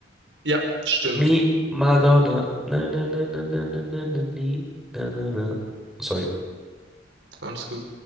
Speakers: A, on the right; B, in the centre.
A: Ja, stimmt.
B: Me, Madonna. Na, na, na, na, na, na, na, na, na, na, na. Sorry.
A: Alles gut.